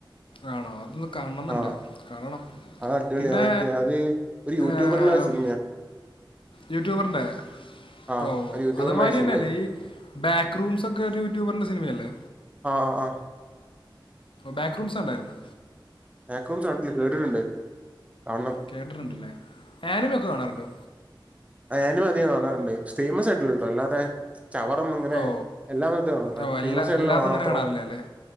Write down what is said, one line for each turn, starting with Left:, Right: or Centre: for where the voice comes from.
Left: ആണോ അതൊന്ന് കാണണംന്നുണ്ട്
Right: ആ
Left: കാണണം
Right: അത് അടിപൊളിയാ
Left: പിന്നെ
Right: മറ്റേ അത് ഒരു യൂട്യൂബറിന്റെ
Left: ഏം,
Right: സിനിമയാ
Left: യൂട്യൂബറിന്റെ
Right: ആഹ്
Left: ഓ
Right: ഒരു യൂട്യൂബർ
Left: അത്‌ മാരിന്നെയല്ല
Right: ലൈസൻസ്
Left: ഈ ബാക്ക്റൂംസ് ഒക്കെ ഒരു യൂട്യൂബറിന്റെ സിനിമയല്ലേ
Right: ആ അഹ്
Left: ബാക്ക്റൂംസ് കണ്ടായിരുന്നോ
Right: ബാക്ക് റൂംസ് ആണെങ്കി കേട്ടിട്ടുണ്ട് കാണണം
Left: കേട്ടിട്ടുണ്ടല്ലേ ആനിമെക്കെ കാണാറുണ്ടോ?
Right: ആനിമ അധികം കാണാറുണ്ട് സ്‌റ്റിമസ് ആയിട്ട്ള്ളത് ട്ടോ അല്ലാതെ ചവറൊന്നുംഇങ്ങനെ
Left: ഓ
Right: എല്ലാ മറ്റേ <unintelligible>
Left: ഓ
Right: ഫേമസ്
Left: എല്ലാ
Right: ആയിട്ടുള്ള
Left: എല്ലാതും
Right: മാത്രം
Left: അങ്ങനെ കാണാറില്ല അല്ലേ